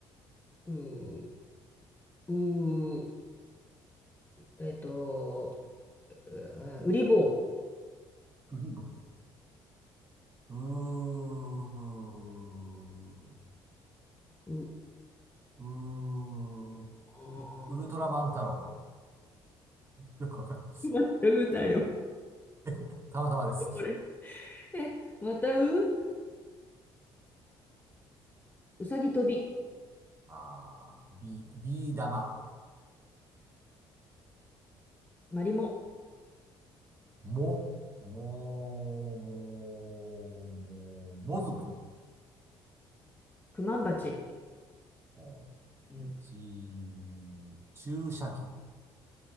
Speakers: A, on the left (about 15°); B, on the right (about 25°).
A: ーん、うーんえっと、うあウリボ
B: グリーブ、う、うー、
A: ウ。う、
B: うーん、ウ
A: あ
B: ルトラマン太郎。よくわかんない。
A: ーまたうだよ、
B: <laughs> たまたまです。
A: これ。え、またう、う、うさぎ跳び、
B: あー、ビ、ビー玉。
A: マリモ、
B: も、も、も、も、もずく。
A: クマンバチ。
B: うん
A: うん、
B: ち、注射器。